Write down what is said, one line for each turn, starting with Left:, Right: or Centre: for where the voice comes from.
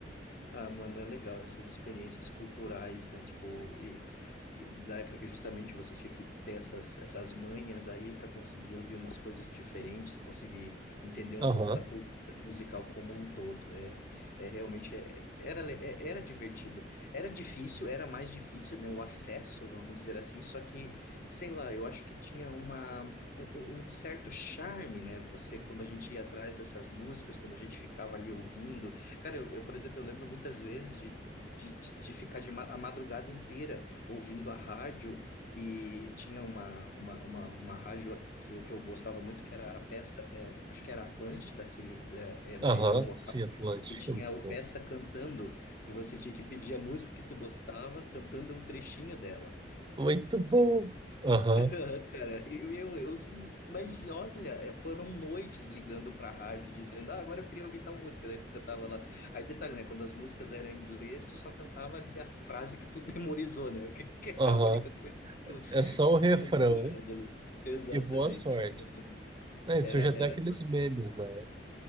Left: Ah, mano, é legal essas experiências culturais, né? Tipo, e, e da época que justamente você tinha que ter essas, essas manhas aí para conseguir ouvir umas coisas diferentes, conseguir entender um
Right: Aham,
Left: pouco da cultura musical como um todo. É, é realmente é- era, le- é- era divertido. Era difícil, era mais difícil, né? O acesso, vamos dizer assim, só que, sei lá, eu acho que tinha uma, um, um um certo charme, né? Você, quando a gente ia atrás dessas músicas, quando a gente ficava ali ouvindo. Cara, eu, eu, por exemplo, eu lembro muitas vezes de, de, de de ficar de ma a madrugada inteira ouvindo a rádio e tinha uma, uma, uma, uma rádio que eu, que eu gostava muito, que era a peça, é, acho que era Atlântida, que, da, é, da
Right: aham,
Left: região local,
Right: sim, Atlântica,
Left: que tinha
Right: muito
Left: o
Right: bom.
Left: peça cantando, que você tinha que pedir a música que tu gostava, cantando um trechinho dela.
Right: Muito bom! Aham,
Left: <laughs> Ah, Cara, e, meu, eu, mas olha, é, foram noites ligando pra rádio dizendo, ah, agora eu queria ouvir tal música, daí tu cantava lá. Aí detalhe, né, quando as músicas eram em inglês, tu só cantava ali a frase que tu <laughs> memorizou, né, porque que é
Right: aham.
Left: a única coisa que tu,
Right: É só
Left: que
Right: o
Left: tu
Right: refrão
Left: tinha decorado ali. Exatamente.
Right: e boa sorte.
Left: Mano,
Right: É, surge
Left: Era, era,
Right: até aqueles memes, né?